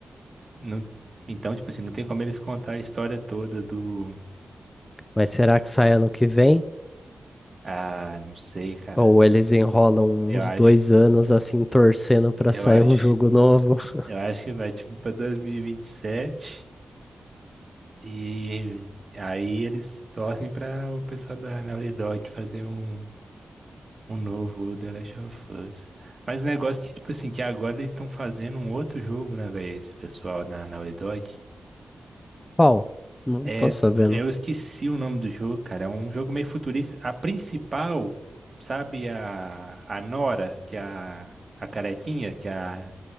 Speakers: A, on the right; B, on the left.
A: não, então, tipo assim, não tem como eles contar a história toda do.
B: mas será que sai ano que vem?
A: Ah, não sei, cara.
B: Ou eles enrolam
A: Eu
B: uns
A: acho,
B: dois anos assim, torcendo pra
A: eu
B: sair
A: acho,
B: um jogo novo? <laughs>
A: eu acho que vai tipo para 2027 e vinte e sete e aí eles torcem para o pessoal da Naughty Dog fazer um, um novo The Last of Us. Mas o negócio é que tipo assim, que agora eles estão fazendo um outro jogo, né, velho, esse pessoal na Naughty Dog.
B: Qual? Não
A: É,
B: tô sabendo.
A: eu esqueci o nome do jogo, cara. É um jogo meio futurista. A principal, sabe, a, a Nora, que é a, a carequinha, que é a,